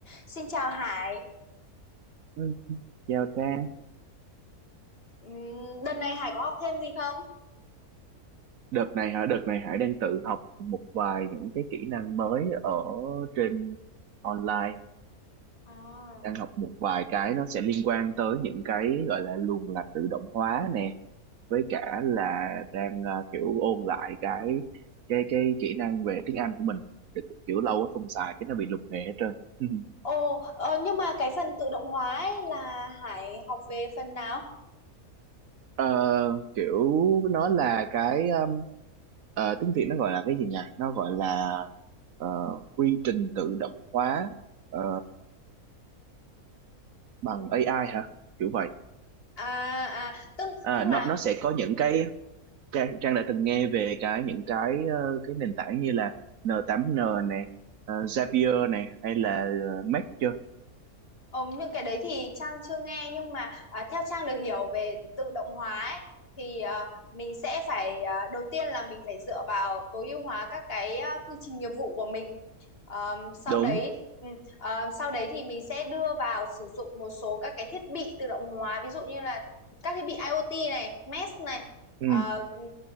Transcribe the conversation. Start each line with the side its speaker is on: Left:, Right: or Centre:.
Left: Xin chào Hải.
Right: Ừ, Chào Trang,
Left: Ừm, Đợt này Hải có học thêm gì không?
Right: đợt này hả? Đợt này Hải đang tự học một vài những cái kỹ năng mới ở trên online,
Left: À.
Right: đang học một vài cái nó sẽ liên quan tới những cái gọi là luồng lạch tự động hóa nè, với cả là đang à, kiểu ôn lại cái cái cái kỹ năng về tiếng Anh của mình, để kiểu lâu quá không xài cái nó bị lục nghề hết trơn. <laughs>
Left: Ồ, ờ, nhưng mà cái phần tự động hóa ấy là Hải học về phần nào?
Right: Ờ, kiểu nó là cái um, ờ, tiếng Việt nó gọi là cái gì nhỉ? Nó gọi là ờ, quy trình tự động hóa ờ, bằng AI hả? Kiểu vậy.
Left: À, à tức
Right: À,
Left: tức
Right: nó
Left: là
Right: nó sẽ có những cái Trang, Trang đã từng nghe về cái những cái ờ, cái nền tảng như là N8N này, ờ, Zapier này hay là uh, Make chưa?
Left: ờ, những cái đấy thì Trang chưa nghe nhưng mà à, theo Trang được hiểu về tự động hóa ấy, thì à, mình sẽ phải à, đầu tiên là mình phải dựa vào tối ưu hóa các cái à, quy trình nghiệp vụ của mình Ờm, sau
Right: Đúng.
Left: đấy ừm, ờ, sau đấy thì mình sẽ đưa vào sử dụng một số các cái thiết bị tự động hóa ví dụ như là các thiết bị IoT này, mesh này.
Right: Ừ,
Left: Ờ, Ừ.